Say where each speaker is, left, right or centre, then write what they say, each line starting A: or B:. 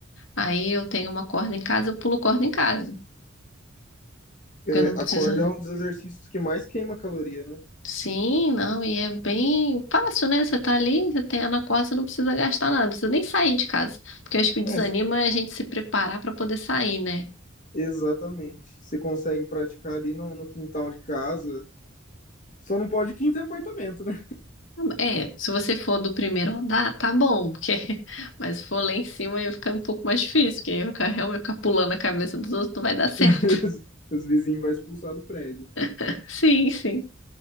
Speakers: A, on the left; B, on the left.
A: Aí eu tenho uma corda em casa, eu pulo corda em casa.
B: É,
A: Porque eu não preciso.
B: a corda é um dos exercícios que mais queima caloria, né?
A: Sim, não, e é bem fácil, né? Você tá ali, você tem a na corda, você não precisa gastar nada, não precisa nem sair de casa. Porque eu acho que o desanima
B: É,
A: é a gente se preparar pra poder sair, né?
B: exatamente. Você consegue praticar ali no, no quintal de casa. Só não pode quinta em apartamento, né?
A: É, se você for do primeiro andar, tá bom, porque <laughs> mas se for lá em cima aí fica um pouco mais difícil, porque aí ficar realmente ficar pulando a cabeça dos outros não vai dar certo.
B: <laughs> Os vizinhos vão expulsar do prédio.
A: <laughs> Sim, sim.